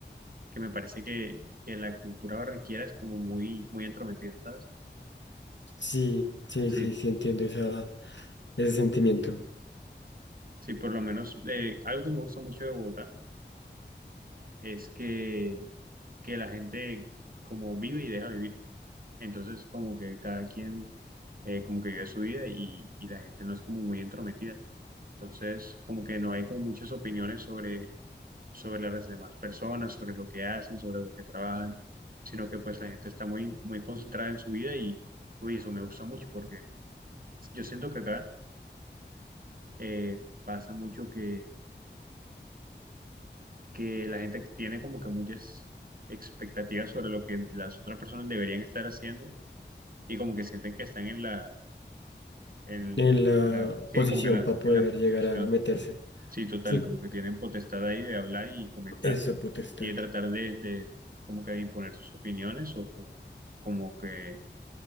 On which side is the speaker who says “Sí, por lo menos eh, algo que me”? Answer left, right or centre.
Right